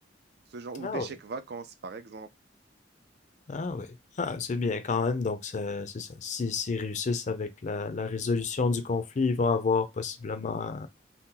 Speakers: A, on the right (about 60°); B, on the left (about 40°).
A: ce genre, ou
B: Ah
A: des
B: oui.
A: chèques vacances, par exemple.
B: Ah oui. Ah, c'est bien quand même. Donc, ça- c'est ça. Si, s'ils réussissent avec la, la résolution du conflit, ils vont avoir possiblement euh,